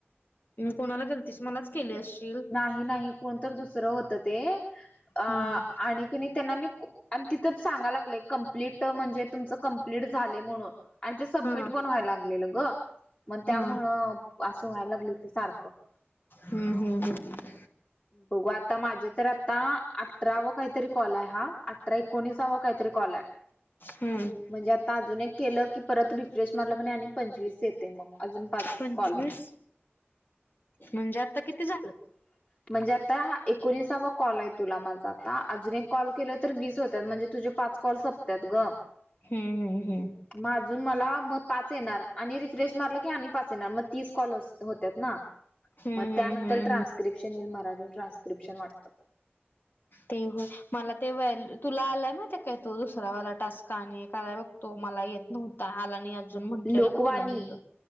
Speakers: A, on the left; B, on the left.
A: मी कोणाला गेलतीस, मलाच केले असशील.
B: ही नाही कोणतर दुसरं होत ते आणि
A: हम्म
B: की नी त्यांना मी आणि तिथं सांगा लागलंय कंप्लीट म्हणजे तुमचं कंप्लीट झाले म्हणून. आणि ते सबमिट
A: हा
B: पण व्हायला लागलेलं ग. मग त्यामुळं
A: हा
B: असं व्हायला लागले ते सारख.
A: हम्म हम्म हम्म
B: बघू आता माझे तर आ आता अठरावा काहीतरी कॉल आहे हा, अठरा एकोणीसावा काहीतरी कॉल आहे.
A: हम्म
B: म्हणजे आता अजून एक केलं की परत रिफ्रेश मारल की नाही आणि पंचवीस येते मग अजून पाच
A: पंचवीस?
B: कॉल मग
A: म्हणजे आता किती झालं.
B: <inaudible> म्हणजे आता एकोणसावा कॉल आहे तुला माझा आता, अजून एक कॉल केला तर वीस होतात म्हणजे तुझे पाच कॉल सोपत्याात ग
A: हम्म हम्म
B: मग अजून मला मग पाच येणार आणि रिफ्रेश मारलं की आणि पाच येणार मग तीस कॉलस होत्या ना
A: हम्म
B: मग
A: हम्म
B: त्यानंतर
A: हम्म हम्म
B: ट्रान्स्क्रिप्शन
A: हम्म
B: येईल मराठी ट्रान्स्क्रिप्शन वाटतं.
A: ते होय मला ते व तुला आलाय मा ते काही तो दुसरावाला टास्काने काय ब तो मला येत नव्हता हला आणि म्हट
B: लोकवाणी
A: तुला मी तो